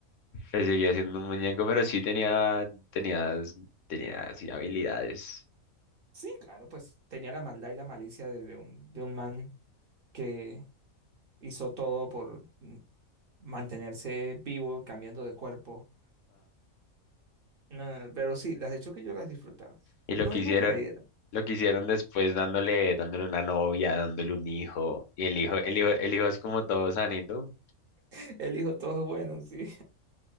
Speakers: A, on the left; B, on the right.
A: Pero seguía siendo un muñeco, pero sí tenía, tenía, tenía, sí, habilidades.
B: Sí, claro, pues tenía la maldad y la malicia de, de un, de un man que hizo todo por, mantenerse vivo, cambiando de cuerpo. No, pero sí, las de Chucky yo las disfrutaba.
A: Y
B: No
A: lo que
B: digo
A: hicieron,
B: que me dieran.
A: lo que hicieron después dándole, dándole una novia, dándole un hijo, y el hijo, el hijo, el hijo es como todo sanito.
B: <laughs> El hijo todo bueno, sí. <laughs>